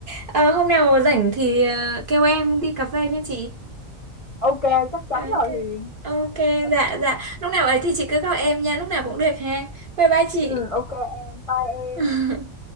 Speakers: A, on the right (about 50°); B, on the left (about 45°).
A: Ờ, hôm nào rảnh thì ờ, kêu em đi cà phê nha chị
B: Ok chắc chắn
A: ok
B: rồi Huyền.
A: ok
B: Ờ,
A: dạ dạ lúc nào ấy thì chị cứ gọi em nha lúc nào cũng được ha bye bye chị
B: Ừ ok em, bye em.
A: <laughs>